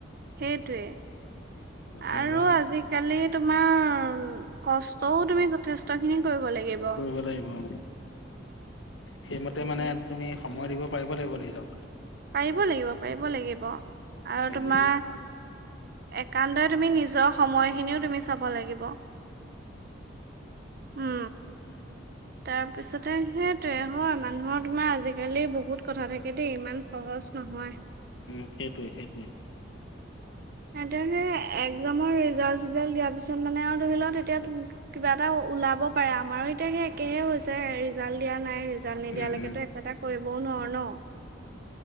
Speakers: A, on the right; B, on the left.
A: সেইটোৱে
B: এতিয়া
A: আৰু
B: ধৰা
A: আজিকালি তোমাৰ কষ্টও তুমি যথেষ্ট খিনি কৰিব লাগিব
B: কৰিব লাগিব অ। সেইমতে
A: উম,
B: মানে তুমি সময় দিব পাৰিব লাগিব নিজক
A: পাৰিব লাগিব পাৰিব লাগিব আৰু
B: হেৰি
A: তোমাৰ একান্তই তুমি নিজৰ সময়খিনিও তুমি চাব লাগিব উম
B: উ
A: তাৰপিছতে সেইটোয়ে হয় মানুহৰ তোমাৰ আজিকালি বহুত কথা থাকে দেই ইমান সহজ নহয়
B: উম সেইটোৱে সেইটোৱে
A: স সেই একজামৰ ৰিজাল্ট চিজাল্ট দিয়া পিছত মানে আৰু ধৰি লও তেতিয়া কিবা এটা ওলাব আমাৰো এতিয়া সেই একেহে হৈছে ৰিজাল্ট দিয়া নাই ৰিজাল্ট নিদিয়ালৈকেতো
B: উম, উম,
A: একো এটা কৰিবও নোৱাৰো
B: <inaudible>
A: ন